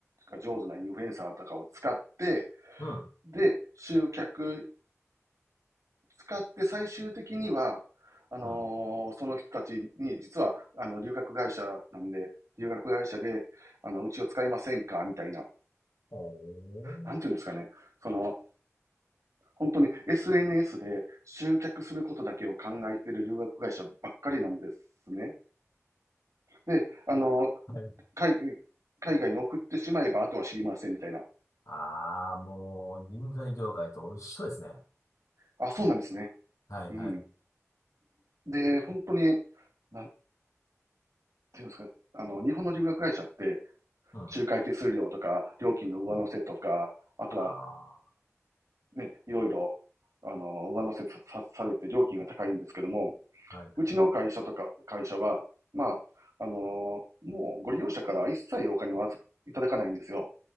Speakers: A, on the right (about 85°); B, on the left (about 80°).
A: が上手なインフルエンサーとかを使って、
B: うん、
A: で、集客使って最終的には、あのーその人たちに、
B: うん、
A: 実は、あの、留学会社なんで、留学会社で、あの、うちを使いませんかみたいな、
B: おお、
A: なんていうんですかね、その、本当に SNS で集客することだけを考えている留学会社ばっかりなんですね。で、あの、
B: はい。
A: 海外、海外に送ってしまえば、あとは知りませんみたいな。
B: ああ、もう、人材業界と一緒ですね。
A: あ、そうなんですね。
B: はい、
A: うん。
B: はい。
A: で、本当に、なんていうんですかね、あの、日本の留学会社って、
B: うん、
A: 仲介手数料とか、料金の上乗せとか、
B: うん、
A: あとは
B: あ
A: ね、いろいろ、あの、上乗せさされて料金が高いんですけども、
B: あ、はい、はい。
A: うちの会社とか、会社は、まあ、あのーもうご利用者から一切お金をいただかないんですよ。